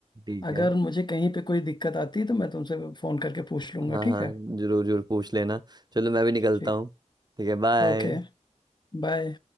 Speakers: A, on the right; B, on the left.
A: ठीक
B: अगर
A: है
B: मुझे कहीं पे कोई दिक्कत आती है तो मैं तुमसे फोन करके पूछ लूंगा
A: हाँ
B: ठीक
A: हाँ
B: है
A: जरूर जरूर पूछ लेना चलो मैं भी निकलता
B: ठीक
A: हूँ ठीक है बाय
B: ओके बाय